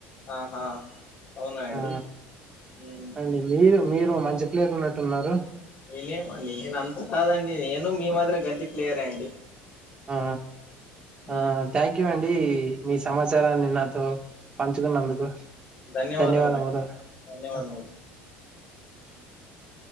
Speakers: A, on the left; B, on the right.
A: ఆహా అవునా అండి
B: ఆ
A: ఉమ్
B: అండి మీరు మీరు మంచి జప్లేరు ఉన్నట్టున్నారు
A: నేనే నేను అంత కాదండి నేను మీ మాదిర గల్తీ ప్లేయర్ అండి
B: ఆ ఆ
A: ఉమ్
B: థ్యాంక్ యూ అండి మీ సమాచారాన్ని నాతో పంచుకున్నందుకు
A: ధన్యవాదములు
B: ధన్యవాదటా
A: ధన్యవాదములు
B: <unintelligible>